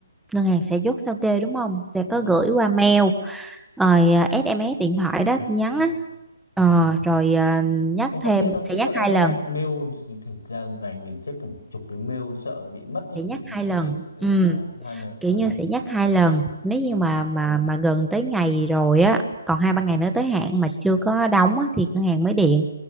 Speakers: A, in the centre; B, on the left.
A: ngân hàng sẽ chốt sao kê đúng không sẽ có
B: Ờ.
A: gửi qua mail rồi à, SMS điện thoại đó tin nhắn
B: Ờ.
A: á Ờ, rồi à, nhắc
B: có gọi
A: thêm
B: điện không
A: sẽ
B: chứ
A: nhắc
B: còn
A: hai
B: SMS
A: lần
B: mail thì thực ra một ngày mình check hàng chục cái mail sợ là bị mất ý
A: sẽ nhắc
B: bị bị
A: hai
B: skip
A: lần
B: ừ,
A: ừ
B: à, hai mail
A: kiểu
B: hai
A: như
B: lần
A: sẽ nhắc hai lần nếu như
B: ừ,
A: mà mà mà gần tới ngày rồi á còn hai ba ngày nữa tới hạn mà chưa có đóng á, thì ngân hàng mới điện